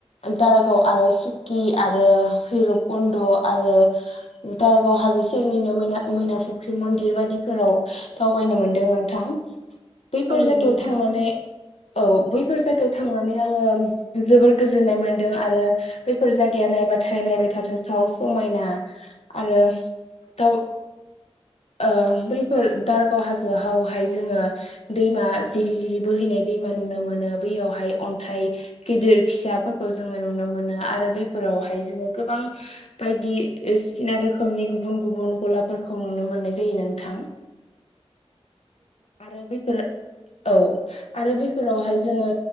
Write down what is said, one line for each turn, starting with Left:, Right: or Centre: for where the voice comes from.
Left: दारागाव आरो सु कि आरो भैरब कुन्द आरो दारागाव हाजो फोरनिनो मैना मैना फुख्रि मन्दिर बायदिफोराव दावबायनो मोनदों नोंथां। बैफोर
Right: औ नंगौ
Left: जायगायाव
Right: नोंथां
Left: थांनानै
Right: औ नोंथां
Left: औ बैफोर जायगायाव थांनानै आङो जोबोर गोजोननाय मोनदों आरो बेफोर जायगाया नायबाथाय नायबाय थाथाव थाव समायना। आरो दाउ ओ बैफोर दारगाव हाजोआवहाय जोङो दैमा जिरि जिरि बोहैनाय दैमा नुनो मोनो बैयावहाय अन्थाइ गिदिर फिसाफोरखौ जोङो नुनो मोनो आरो बैफोरावहाय जोङो गोबां बायदि सिना रोखोमनि गुबुन गुबुन गलाफोरखौ नुनो मोननाय जायो नोंथां।
Right: <unintelligible>
Left: आरो बैफोरो औ। आरो बैफोरावहाय जोङो